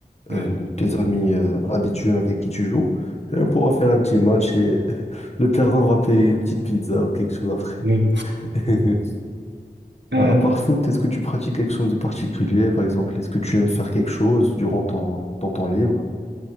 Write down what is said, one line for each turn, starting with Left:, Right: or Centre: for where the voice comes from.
Right: ouais.
Left: euh, tes amis euh, habituels avec qui tu joues. Et on pourra faire un petit match et <laughs> le perdant va payer une petite pizza ou quelque chose après.
Right: ouais.
Left: <laughs>
Right: Ouais.
Left: À part foot, est-ce que tu pratiques quelque chose de particulier, par exemple? Est-ce que tu aimes faire quelque chose durant ton, ton temps libre?